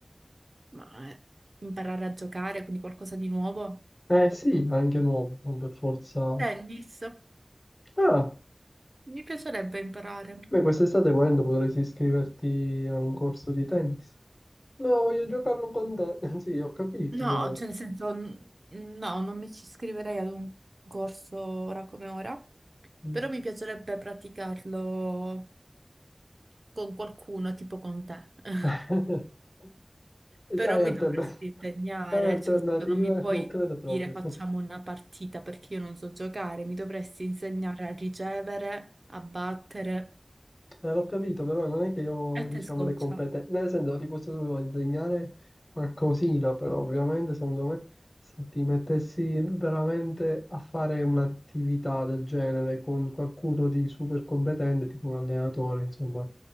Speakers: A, on the right (about 70°); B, on the left (about 40°).
A: Ma eh, imparare a giocare, quindi qualcosa di nuovo.
B: Eh sì, anche nuovo, non per forza.
A: Tennis,
B: Ah,
A: mi piacerebbe imparare.
B: beh, quest'estate volendo potresti iscriverti a un corso di tennis. No, voglio giocarlo con te. <laughs> Sì, ho capito,
A: No,
B: però.
A: cioè nel senso, n- no, non mi ci iscriverei ad un corso ora come ora,
B: mm.
A: però mi piacerebbe praticarlo con qualcuno, tipo con te. <laughs>
B: <laughs>
A: Però
B: Hai
A: mi
B: altern-
A: dovresti
B: <laughs>
A: insegnare,
B: hai alternative?
A: cioè nel senso, non mi puoi
B: Non credo proprio.
A: dire facciamo una partita perché io non so giocare, mi dovresti insegnare a ricevere, a battere
B: Eh, l'ho capito, però non è che io ho,
A: e
B: diciamo,
A: te scoccia.
B: le competenze. Nel senso, ti posso solo insegnare qualcosina, però ovviamente, secondo me, se ti mettessi veramente a fare un'attività del genere con qualcuno di super competente, tipo un allenatore, insomma,